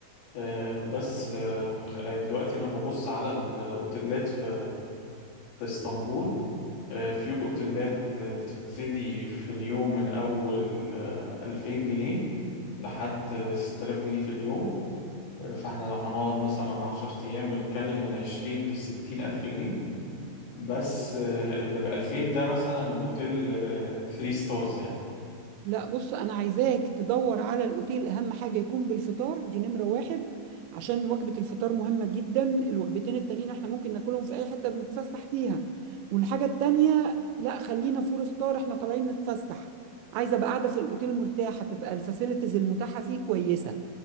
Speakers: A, on the left; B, on the right.
A: آه، بس آه، آه، دلوقتي انا ببص على الاوتيلات في في اسطنبول آه، في اوتيلات آه، بتبتدي في اليوم من اول آه، 2000 جنيه لحد آه، 6000 جنيه في اليوم آه، فاحنا لو هنقعد مثلا 10 ايام بنتكلم من 20 ل 60 الف جنيه بس آه، اللي ب 2000 ده مثلا اوتيل 3 ستارز يعني
B: لا بص انا عايزاك تدور على الاوتيل اهم حاجه يكون بالفطار دي نمره واحد عشان وجبه الفطار مهمه جدا الوجبتين التانيين احنا ممكن ناكلهم في اي حته بنتفسح فيها والحاجه التانيه لا خلينا فور ستار احنا طالعين نتفسح عايزه ابقى قاعده في الاوتيل مرتاحه تبقى الفاسيلتيز المتاحه فيه كويسه